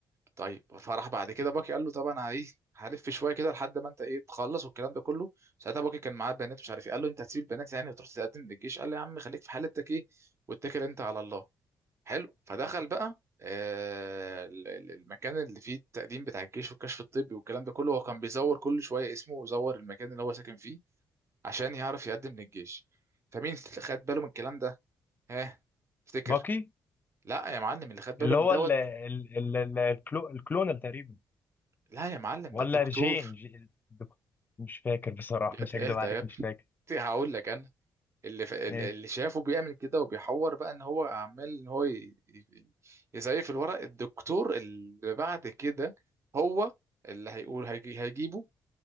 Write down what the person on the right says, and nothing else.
طيب فراح بعد كده باكي قال له طب انا ايه هلف شويه كده لحد ما انت ايه تخلص والكلام ده كله ساعتها باكي كان معاه بنات مش عارف ايه قال له انت هتسيب البنات يعني وتروح تقدم للجيش قال له يا عم خليك في حالتك ايه واتكل انت على الله حلو فدخل بقى آه ال- ال- المكان اللي فيه التقديم بتاع الجيش والكشف الطبي والكلام ده كله هو كان بيزور كل شويه اسمه ويزور المكان اللي هو ساكن فيه عشان يعرف يقدم للجيش فمين اللي خد باله من الكلام ده ها افتكر
لا يا معلم اللي خد باله
من
دوت
لا يا معلم
ده الدكتور
يا-
اهدى
هقول لك انا اللي ف... اللي
شافه بيعمل كده وبيحور بقى ان هو عمال ان هو ي... ي- يزيف الورق الدكتور اللي بعد كده هو اللي هيقول هيجي... هيجيبه